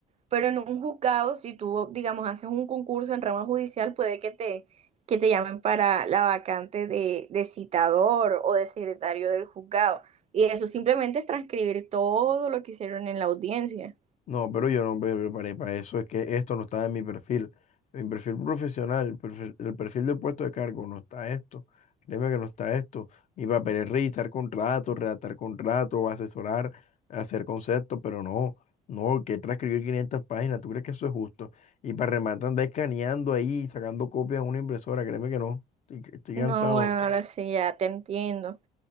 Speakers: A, on the right; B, on the left.
A: Pero en un juzgado, si tú, digamos, haces un concurso en rama judicial, puede que te, que te llamen para la vacante de, de citador o de secretario del juzgado. Y eso simplemente es transcribir todo lo que hicieron en la audiencia.
B: No, pero yo no me preparé para eso. Es que esto no estaba en mi perfil. Mi perfil profesional, el perfil, el perfil del puesto de cargo, no está esto. Créeme que no está esto. Mi papel es revisar contratos, redactar contratos, asesorar, hacer conceptos, pero no, no, que transcribir 500 páginas. ¿Tú crees que eso es justo? Y para rematar, andar escaneando ahí, sacando copias a una impresora. Créeme que no. Estoy, estoy
A: No,
B: cansado.
A: bueno, ahora sí, ya te entiendo.